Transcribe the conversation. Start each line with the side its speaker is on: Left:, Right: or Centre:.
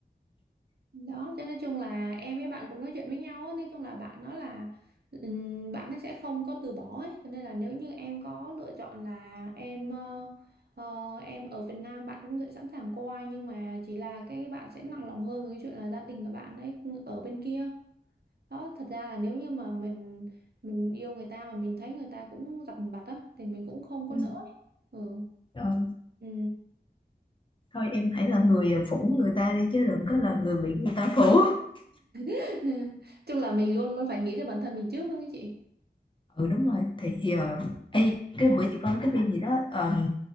Right: đó cho nên chung là em với bạn cũng nói chuyện với nhau á nói chung là bạn nói là ừm, bạn ấy sẽ không có từ bỏ ấy cho nên là nếu như em có lựa chọn là em ờ, ờ, em ở Việt Nam bạn cũng sẽ sẵn sàng qua nhưng mà chỉ là cái bạn sẽ nặng lòng hơn với cái chuyện là gia đình của bạn ấy ừ, ở bên kia đó thật ra là nếu như mà mình mình yêu người ta mà mình thấy người ta cũng dằn vặt á thì mình cũng không có
Left: ừ.
Right: nỡ ấy. ừ
Left: Ờ,
Right: ừ
Left: thôi em hãy là người ờ, phủ người ta đi chứ đừng có là người bị người ta phủ <laughs>
Right: <laughs> chung là mình luôn luôn phải nghĩ cho bản thân mình trước đúng không chị
Left: ừ đúng rồi thì giờ ê, cái bữa chị coi cái phim gì đó ờm,